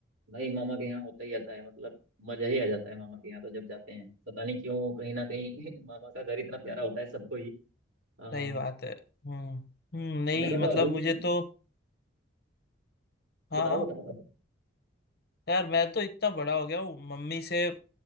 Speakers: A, on the right (about 80°); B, on the left (about 50°).
A: भाई मामा के यहाँ होता ही आता है मतलब मजा ही आ जाता है मामा के यहाँ तो जब जाते हैं पता नहीं क्यों कहीं ना कहीं <laughs> मामा का घर इतना प्यारा होता है सबको ही आ,
B: सही बात है हम्म हम्म नहीं
A: मेरा
B: मतलब
A: तो अभी भी
B: मुझे तो हाँ
A: बताओ
B: हाँ
A: बताओ आप
B: यार मैं तो इतना बड़ा हो गया हूँ मम्मी से